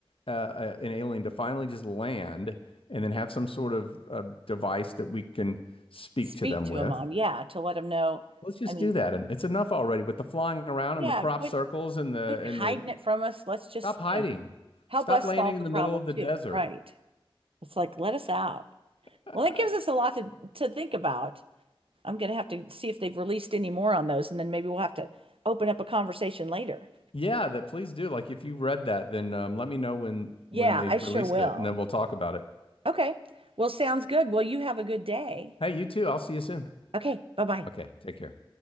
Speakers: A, on the left; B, on the right.
A: uh, a- an alien to finally just land and then have some sort of uh, device that we can speak
B: Speak
A: to them
B: to
A: with.
B: them on. Yeah. To let them know.
A: Let's just
B: I mean,
A: do that. And it's enough already with the flying around
B: yeah,
A: and the crop
B: quit
A: circles and the
B: quit
A: and
B: hiding
A: the
B: it from us. Let's just,
A: stop hiding.
B: you know, help
A: Stop
B: us
A: landing
B: solve
A: in
B: the
A: the
B: problem
A: middle of the
B: too.
A: desert.
B: Right. It's like, let us out.
A: Uh,
B: Well, that gives us a lot to, to think about. I'm going to have to see if they've released any more on those, and then maybe we'll have to open up a conversation later.
A: yeah, that please do. Like if you read that, then um, let me know when
B: Yeah,
A: when they've
B: I sure
A: released
B: will.
A: it and then we'll talk about it.
B: Okay. Well, sounds good. Well, you have a good day.
A: Hey, you too. I'll see you soon.
B: Okay. Bye bye.
A: Okay, take care.